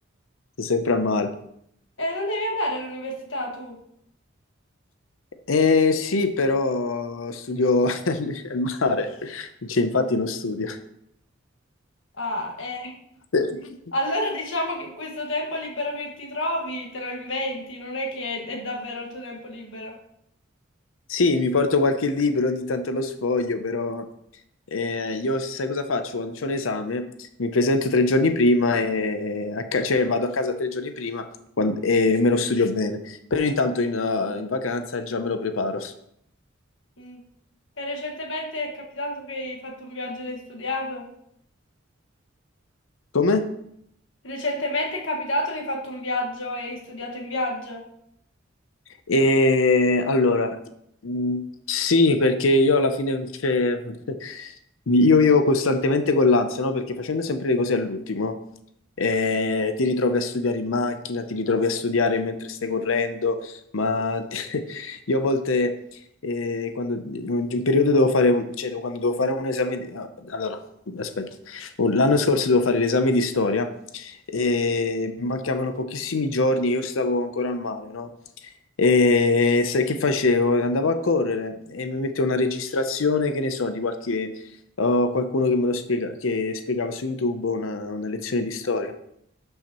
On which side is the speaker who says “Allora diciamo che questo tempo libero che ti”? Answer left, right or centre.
Left